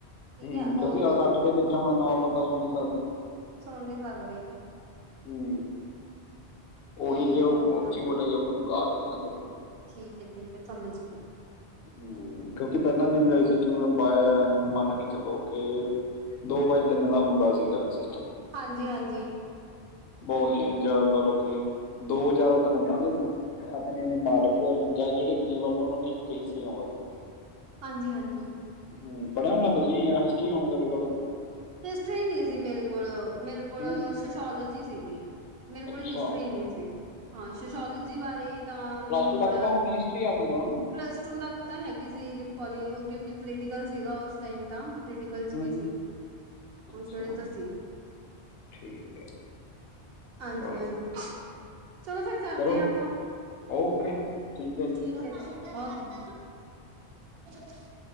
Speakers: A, on the right; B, on the left.
A: ਠੀਕ
B: ਹੂੰ
A: ਹੈ
B: ਕਿਉਂਕਿ
A: ਉਦੋਂ
B: ਇਕੱਠ ਦੇ ਵਿੱਚ ਹੁਣ ਨੋਰਮ ਤਾਂ ਸੁਣ ਨਹੀਂ ਸਕਦੇ।
A: ਸੁਣ ਨਹੀਂ ਸਕਦੇ।
B: ਹੂੰ
A: ਤੇ
B: ਉਹੀ ਜੇ ਉਹ
A: ਓਦਾਂ
B: ਉੱਚੀ ਬੋਲਿਆ ਜਾ ਉਹਨੂੰ ਗਾ ਕਿਹਾ ਜਾਂਦਾ। ਸੀਗਾ।
A: ਠੀਕ ਹੈ -ਠੀਕ ਹੈ ਸਮਝ ਗਈ।
B: ਹੂੰ ਕਿਉਂਕਿ ਪਹਿਲਾਂ ਜਿੰਮੇਵਾਰੀ ਸ ਬਾਏ ਮੰਨ ਕੇ ਚੱਲੋ ਕੇ ਦੋ ਬਾਏ ਤਿੰਨ ਦਾ ਹੁੰਦਾ ਸੀਗਾ ਸਿਸਟਮ
A: ਹਾਂਜੀ- ਹਾਂਜੀ
B: ਬਹੁ ਹੀ ਜਿਆ ਲਾ ਲਓ ਕਿ ਦੋ ਜ਼ਿਆਦਾਤਰ ਉਹਨਾਂ ਨੇ ਤੇ ਆਪਣੇ ਮਾਲਕ ਜਾਂ ਜਿਹੜੇ ਗਰੀਬ ਵਰਗ ਉਹਨਾਂ ਨੇ ਇੱਕ ਹਿੱਸੇ ਹੀ ਆਉਂਦਾ ਸੀਗਾ।
A: ਹਾਂਜੀ -ਹਾਂਜੀ
B: ਹੂੰ ਪੜ੍ਹਿਆ ਹੋਣਾ ਤੁਸੀਂ ਜਾਂ ਹਿਸਟਰੀ ਹੋਣੀ ਤੁਹਾਡੇ ਕੋਲ
A: ਹਿਸਟਰੀ ਨਹੀਂ ਸੀ ਮੇਰੇ ਕੋਲੋ ਮੇਰੇ
B: ਹੂੰ
A: ਕੋਲੋ ਸੋਸ਼ੋਲੋਜੀ ਸੀਗੀ। ਮੇਰੇ ਕੋਲ
B: ਅੱਛਾ
A: ਹਿਸਟਰੀ ਨਹੀਂ ਸੀ ਹਾਂ ਸੋਸ਼ੋਲੋਜੀ ਬਾਰੇ ਤਾਂ ਮੈਨੂੰ
B: ਪਲੱਸ ਟੂ ਤੱਕ
A: ਥੋੜਾ
B: ਤਾਂ ਹੋਣੀ ਹਿਸਟਰੀ ਆਪਣੇ ਕੋਲ ਹੂੰ
A: ਪਲੱਸ ਟੂ ਤੱਕ ਤਾਂ ਹੈਗੀ ਸੀ ਪ ਕਿਉਂਕਿ ਪੋਲੀਟੀਕਲ ਸੀਗਾ ਉਸ ਟਾਈਮ ਤਾਂ ਪੋਲੀਟੀਕਲ 'ਚ ਵੀ
B: ਹੂੰ
A: ਸੀ।
B: ਅੱਛਾ
A: ਉਸ ਵੇਲੇ ਤਾ ਸੀ
B: ਠੀਕ ਹੈ
A: ਹਾਂਜੀ-
B: ਚਲੋ
A: ਹਾਂਜੀ। ਚਲੋ ਫੇਰ ਕਰਦੇ
B: ਚਲੋ
A: ਆਪਾਂ
B: ਓਕੇ ਹੈ ਜੀ।
A: ਠੀਕ ਹੈ ਜੀ। <unintelligible>